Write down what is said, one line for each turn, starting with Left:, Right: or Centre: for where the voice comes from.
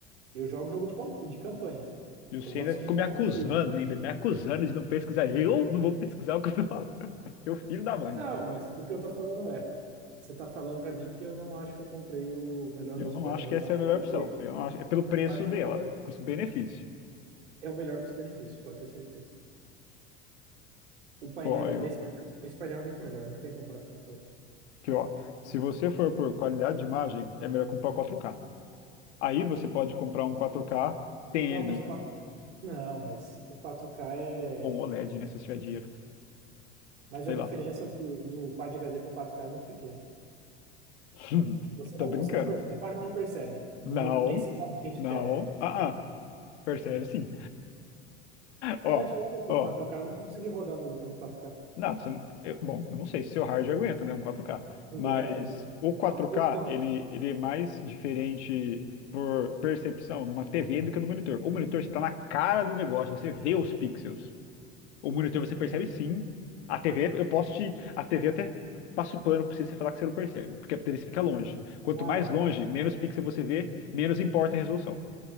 Right: Eu jogo jogo de, com- de campanha.
Left: E Você
Right: Eu gosto
Left: ainda ficou
Right: de gráfico
Left: me acusando, ainda me acusando de não pesquisar. Eu não vou pesquisar o que eu tô falando. <laughs> Meu filho da mãe.
Right: Não, mas o que eu tô falando é, você tá falando pra mim que eu não acho que eu comprei o melhor
Left: Eu
Right: uso
Left: não
Right: pra
Left: acho
Right: mim.
Left: que
Right: Eu
Left: essa
Right: acho
Left: é a melhor
Right: que eu comprei.
Left: opção. Eu não acho, é pelo preço
Right: Eu acho
Left: dela,
Right: que é melhor,
Left: custo-benefício.
Right: é o melhor custo-benefício, pode ter certeza. O painel,
Left: Pô, eu,
Right: esse painel, esse painel é muito melhor, não tem comparação com o outro.
Left: que ó, se você for por qualidade de imagem, é melhor comprar o 4K. Aí você pode comprar um 4K TN
Right: Não, mas o quatro. não, mas o 4 k é,
Left: ou um OLED, né, se você tiver dinheiro.
Right: mas
Left: Sei
Right: a diferença
Left: lá.
Right: do, do Quad HD pro quatro k é muito pequena.
Left: <laughs>
Right: Você
Left: Tá
Right: não,
Left: brincando.
Right: você não, per- você quase não percebe no-
Left: Não,
Right: nesse tamanho de
Left: não.
Right: tela.
Left: Ah, ah, percebe sim. Ó,
Right: Mas não adianta ter
Left: ó.
Right: quatro k eu não consegui rodar no Ultra no quatro k
Left: Não, você- eu- bom, eu não sei se seu hard aguenta, né? Um 4K.
Right: Não
Left: Mas
Right: aguenta, não aguenta.
Left: o 4K,
Right: Ah, eu- lógico.
Left: ele, ele é mais diferente por percepção numa TV do que no monitor. O monitor está na cara do negócio, você vê os pixels. O monitor você percebe sim. A TV, eu posso te. A TV até passa o pano pra você, você falar que você não percebe, porque a TV você fica longe. Quanto
Right: Ah,
Left: mais longe,
Right: é.
Left: menos pixel você vê, menos importa a resolução.